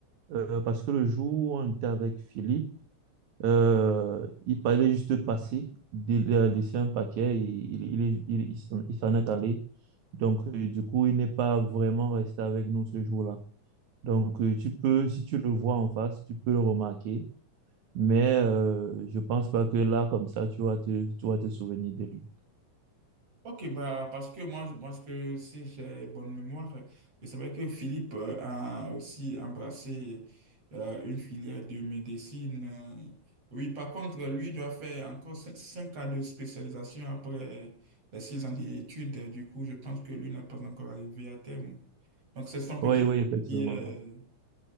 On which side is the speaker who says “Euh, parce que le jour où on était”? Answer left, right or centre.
Right